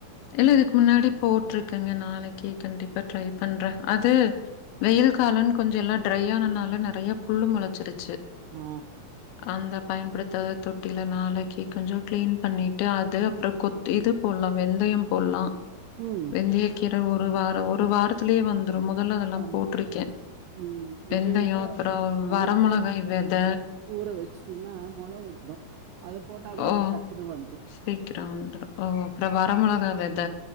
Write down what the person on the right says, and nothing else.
ஆ
ம்
ஆமா
ம் வெந்தயத்த
நைட்டே
ஊற வெச்சுட்டீங்கனா மொள விட்டுரு அதை போட்டா கூட
டக்குன்னு வந்துரு